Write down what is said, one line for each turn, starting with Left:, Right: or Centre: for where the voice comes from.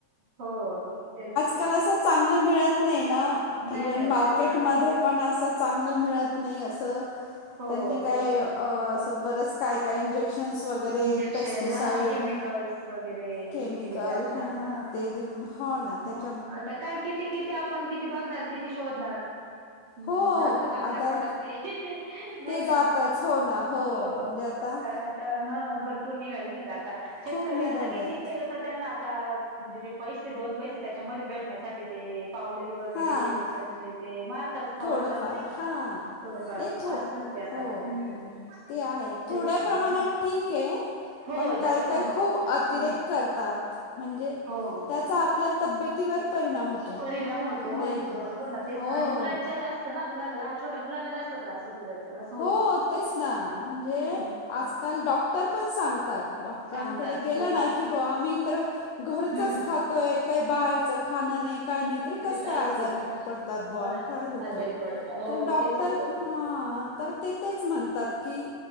Right: होओ. तेच.
Left: कलासा असं चांगलं मिळत नाय ना
Right: नाही
Left: इव्हन
Right: मिळत
Left: मार्केटमध्ये
Right: हो ना
Left: पण असं चांगलं मिळत नाही आहे असं
Right: हो
Left: त्यांनी काय
Right: तेच ना.
Left: असं बरस काय काय इंजेक्श शन्स वगैरे
Right: इंजेक्शन
Left: पेस्टिसाइड
Right: हा केमिकल्स वगैरे
Left: केमिकल
Right: युज केलेले असता
Left: है ना
Right: हा.
Left: ते देऊन हो ना
Right: मग
Left: त्या
Right: आता काय किती किती आपण किती बघणार किती शोधणार हम्म
Left: हो
Right: जातच आपल्या
Left: आता
Right: पोटात ते नाही
Left: ते
Right: का
Left: जातच हो ना
Right: हो
Left: म्हणजे आता
Right: कारण आता हा भरपूर निघाले नाही का आ ता शेतकरी
Left: खूप निघालेत
Right: आता किती केलं तर त्यांना आता म्हणजे ते पैसे दो पैसे त्याच्यामध्ये भेटण्यासाठी ते पावडरी वगैरे
Left: हां
Right: केमिकलचे ते मार ताच फववरताच
Left: थोडंफार
Right: नाही का
Left: हां
Right: थोडफार
Left: नाही थो
Right: असतच ते आता
Left: हो
Right: हम्म.
Left: ते आहे
Right: तेच
Left: थोड्या
Right: ना
Left: प्रमाणात ठीक आहे
Right: हो
Left: पण
Right: जास्त
Left: काही काही
Right: नको
Left: खूप अतिरेक
Right: हम्म
Left: करतात. म्हणजे
Right: हो
Left: त्याचा आपल्या तब्येतीवर परिणाम होतो
Right: परिणाम होतो
Left: नाही
Right: हेल्थवर
Left: का.
Right: हो ना तेच
Left: हो
Right: ना आणि मुलां ला जास्त ना मुलांला छोट्या मुलांना जास्त त्रास होतं त्याच असं होतं
Left: हो तेच ना म्हणजे
Right: हम्म.
Left: आजकाल डॉक्टर पण सांगतात डॉक्टरांकडे
Right: सांगतात
Left: गेलं
Right: हो
Left: नाही की ब आम्ही तर घरचाच
Right: हम्म
Left: खातोय काही बाहेरच खाणं नाही काही नाही तरी कसं
Right: त्रास
Left: काय आजारे
Right: होतो
Left: पडतात बवा
Right: हो ना
Left: काय होतं
Right: आजारी पडता हो
Left: तर डॉक्टर
Right: तेच होतं
Left: हा तर ते तेच म्हणतात की